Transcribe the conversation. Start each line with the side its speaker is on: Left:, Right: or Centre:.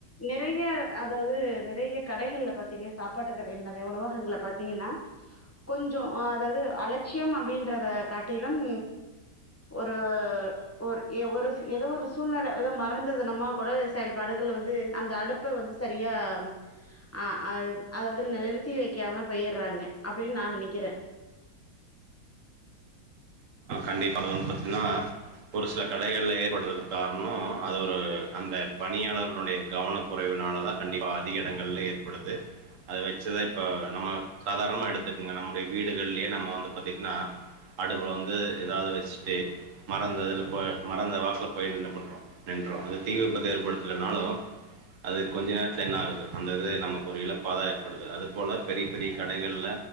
Left: நிறைய அதாவது நிறைய கடைகள்ல பாத்தீங்க சாப்பாட்டு கடைகள் நிறைய உணவகங்கள்ல பாத்தீங்கன்னா கொஞ்சோ அதாவது அலட்சியம் அப்டின்றத காட்டிலும் ஒரு ஒரு ஒரு ஏதோ ஒரு சூழ்நெல ஏதோ மறந்தது நம்ம கூட செயல்பாடுகள் வந்து அந்த அடுப்பை வந்து சரியா அ ஆ அதாவது நிறுத்தி வைக்காம போய்டுறாங்க அப்படின்னு நா நினைக்கிறே
Right: கண்டிப்பா வந்து பாத்தீங்கன்னா ஒரு சில கடைகள்ல ஏற்படுறதுக்கு காரணோ அது ஒரு அந்த பணியாளர்களுடைய கவன குறைவுனால தா கண்டிப்பா அதிக இடங்கள்ல ஏற்படுது அத வச்சுதா இப்ப நம்ம சாதாரணமா எடுத்துக்கங்க நம்முடைய வீடுகள்லயே நம்ம வந்து பாத்தீங்கன்னா அடுப்புல வந்து த்து ஏதாது வச்சிட்டு மறந்தது இல்ல போ மறந்து வாச போய்டு என்ன பண்றோ நின்ட்றோ அது தீ விபத்து ஏற்படுத்தலநாலு அது கொஞ்ச நேரத்துல என்ன ஆகுது அந்த இது நமக்கு ஒரு இழப்பாதா ஏற்படுது அது போல பெரிய பெரிய கடைகள்ள